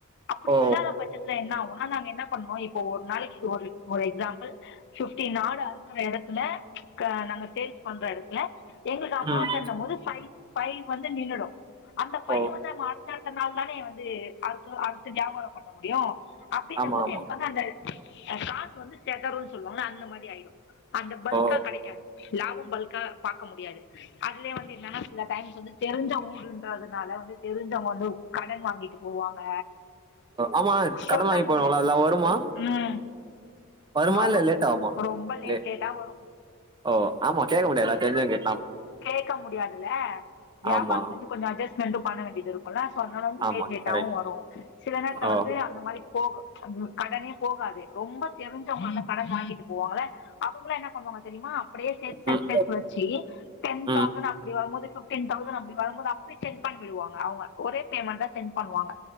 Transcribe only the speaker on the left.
அப்டி
இல்லாத பச்சத்துல என்னாகுனா நாங்க என்ன பண்ணோ இப்ப ஒரு நாளிக்கு ஒரு ஒரு எக்ஸாம்பிள் ஃபிப்டீன் ஆடு அறுக்குற எடத்துல அ நாங்க சேல்ஸ் பண்ற எடத்துல எங்களுக்கு அம்மாவாசன்னும்
போது ஃபைவ் ஃபைவ் வந்து நின்னுடு அந்த ஃபைவ்
வந்து நம்ம அடுத் தடுத்த நாள்தானே வந்து அறுத்தூ அறுத்து வியாபாரொ பண்ண முடியு அப்டிங்கம்
போது
எனக்கு வந்து அந்த அ காஸ் வந்து செதருன் சொல்வாங்கல அந்த மாரி ஆய்டு அந்த பல்க்கா
கெடைக்காது லாபம் பல்க்கா பாக்க முடியாது அதுலயே வந்து என்னனா சில டைம்ஸ் வந்து தெருஞ்ச ஊருன்றதுனால வந்து தெருஞ்சவங்க வந்து கடன் வாங்கிட்டு போவாங்க
சொல்ல
முடியாது
ம்
வரு
ரொம்ப லேட்
லேட்டா வரு
கேக்க முடியாதுல்ல வியாபாரத்துல
இருந்து கொஞ்சொ அட்ஜஸ்ட்மெண்ட்டு பண்ண வேண்டிதிருக்கு க்குல சோ அதனால வந்
லேட் லேட்டாவு
வரு சில நேரத்துல
வந்து அந்த மாரி போகு கடனே போகாது ரொம்ப தெருஞ்சவுங்கதா கடன் வாங்கிட் போவாங்கள அவுங்களா என்ன பண்வாங்க தெரியுமா அப்டியே சேத் சேத்
சேத் வச்சி டென்
தௌசண்ட் அப்டி வரும்போது ஃபிப்டின் தௌசண்ட் அப்டி வரும்போது அப்டியே சென்ட் பண்ணிடுவாங்க அவங்க ஒரே பேமண்ட்டா சென் பண்வாங்க